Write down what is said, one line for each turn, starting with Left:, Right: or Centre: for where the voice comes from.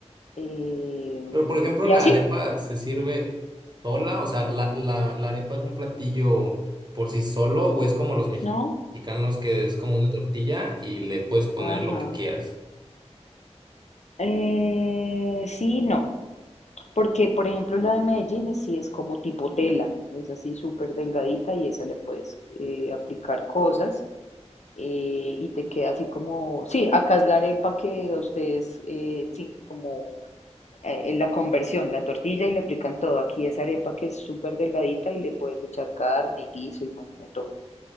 Left: eh,
Right: Pero, por ejemplo,
Left: y
Right: la
Left: así,
Right: arepa se sirve sola, o sea, la, la, la arepa es un platillo por sí solo, o es como los mexicanos
Left: ¿no?
Right: que es como una tortilla y le puedes poner
Left: Ajá.
Right: lo que quieras.
Left: Eh, sí, no, porque por ejemplo la de Medellín es- sí es como tipo tela, es así súper delgadita y esa le puedes eh, aplicar cosas eh, y te queda así como, sí, acá es la arepa que a ustedes, eh, sí, como eh, la conversión, la tortilla y le aplican todo. Aquí es arepa que es súper delgadita y le puedes echar carne y guiso y bueno, de todo.